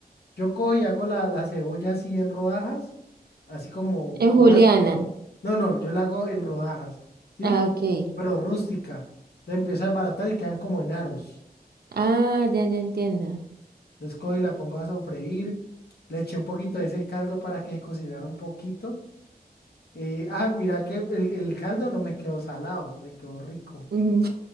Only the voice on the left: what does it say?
Yo cojo y hago la, la cebolla así en rodajas. Así como.
roda-
No, no, yo la hago en rodajas. ¿Sí?
Pero rústica. Entonces empiezo a desbaratar y quedan como en aros.
Entonces cojo y la pongo a sofreír. Le eché un poquito de ese caldo para que cocinara un poquito. Eh, ah, mira que el, el caldo no me quedó salado, me quedó rico.